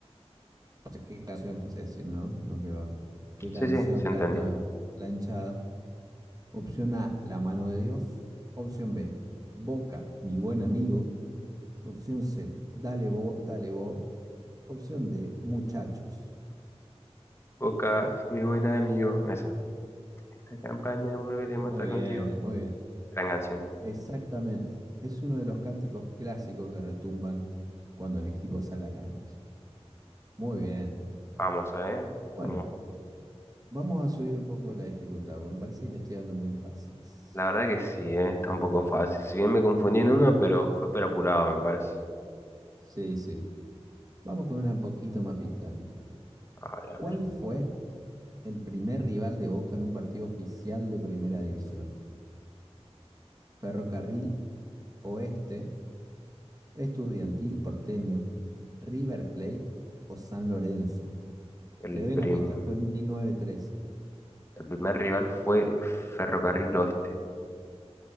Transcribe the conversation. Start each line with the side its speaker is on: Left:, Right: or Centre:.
Right: O sea, ¿qué canción quise decir, no? No, qué banda. ¿Qué canción
Left: Sí, sí, se
Right: canta
Left: entendió.
Right: la hinchada? Opción A, La mano de Dios. Opción B, Boca, mi buen amigo. Opción C, Dale bo, dale bo. Opción D, Muchachos.
Left: Boca, mi buen amigo, esa. Esta campaña volveremos
Right: Muy
Left: a estar contigo.
Right: bien, muy bien.
Left: Gran canción.
Right: Exactamente. Es uno de los cánticos clásicos que retumban cuando el equipo sale a la cancha. Muy bien.
Left: Vamos, eh,
Right: Bueno,
Left: vamos.
Right: vamos a subir un poco la dificultad, porque me parece que le estoy dando muy fáciles.
Left: La verdad que sí, eh, está un poco fácil. Si bien me confundí en una, pero fue por apurado, me parece.
Right: Sí, sí. Vamos con una un poquito más picante.
Left: A ver,
Right: ¿Cuál
Left: a ver.
Right: fue el primer rival de Boca en un partido oficial de Primera División? Ferrocarril Oeste, Estudiantil Porteño, River Plate o San Lorenzo.
Left: El
Right: Te doy una
Left: prim-
Right: pista, fue en 1913.
Left: el primer rival fue Ferrocarril Oeste.